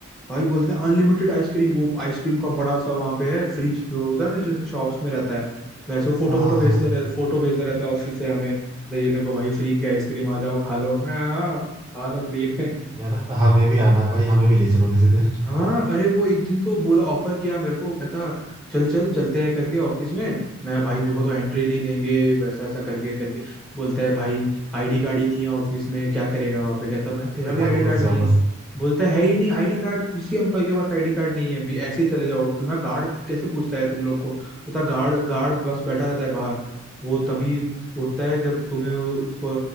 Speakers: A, in the centre; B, on the right.
A: भाई बोलते हैं अनलिमिटेड आइसक्रीम वो आइसक्रीम का बड़ा सा वहाँ पे है फ्रिज जो होता है ना जैसे जैसे शॉप्स में रहता है वैसे
B: <laughs>
A: वो फोटो
B: हाँ
A: वोटो
B: हाँ
A: भेजता
B: हाँ
A: रह, फोटो भेजता रहता है ऑफिस से हमें तो ये देखो भाई फ्री की आइसक्रीम आ जाओ खा लो मैं "हाँ, खा लो फ्री में
B: यार हमें भी आना है भाई हमें भी ले चलो किसी दिन
A: हाँ
B: <laughs>
A: अरे वो एक दिन तो बोला ऑफर किया मेरे को कहता चल चल चलते हैं करके ऑफिस में मैं भाई मेरे को तो एंट्री नहीं देंगे वैसा ऐसा करके करके बोलता है भाई आईडी कार्ड ही नहीं है ऑफिस में क्या करेगा वहाँ पे कहता मैं तेरा
B: दिखा
A: भी आईडी
B: के घुस
A: कार्ड
B: जाओ
A: नहीं है
B: बस
A: बोलता है ही नहीं आईडी कार्ड किसी एम्प्लॉय के पास आईडी कार्ड नहीं है भी ऐसे ही चले जाओ तो मैं गार्ड कैसे पूछता है तुम लोग को कहता गार्ड गार्ड बस बैठा रहता है बाहर वो तभी उठता है जब तुम्हें उसको